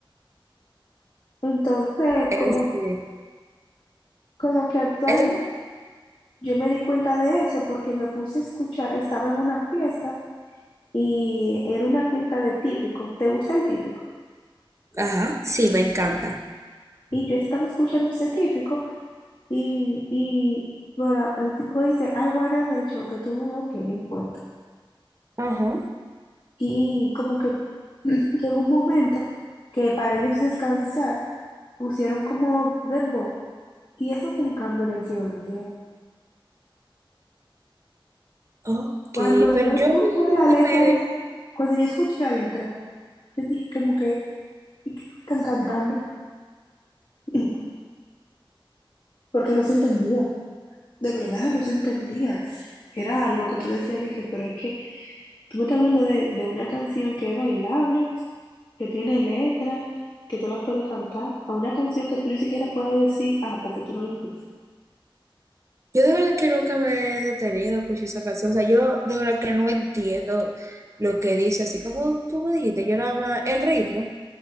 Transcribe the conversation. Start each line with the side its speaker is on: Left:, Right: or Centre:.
Left: Entonces,
Right: Es
Left: como,
Right: bien.
Left: como que actualmente
Right: Es-
Left: yo me di cuenta de eso porque me puse a escuchar, estaba en una fiesta y era una fiesta de típico. ¿Te gusta el típico?
Right: Ajá, sí, me encanta.
Left: Y yo estaba escuchando ese típico. Y, y bueno, la- el tipo dice, I wanna make sure que tú no el impuesto.
Right: Ajá.
Left: Y como que <clears throat> llegó un momento que para ellos descansar pusieron como dembow. Y eso fue un cambio del cielo a la tierra.
Right: Ok,
Left: Cuando
Right: pero
Left: yo
Right: yo
Left: escuché
Right: nunca
Left: la letra,
Right: me
Left: de- cuando yo escuché la letra, yo dije como que, ¿y qué es lo que están cantando? <clears throat> Porque no se entendía, de verdad, no se entendía. Era algo que tú decías, dije, pero es que Tú me estás hablando de, de una canción que es bailable, que tiene letra, que tú la puedes cantar, a una canción que tú ni siquiera puedes decir, ah, porque tú no la entiendes.
Right: Yo de verdad que nunca me he detenido a escuchar esa canción. O sea, yo de verdad que no entiendo lo que dice. Así como tú me dijiste, yo nada más el ritmo,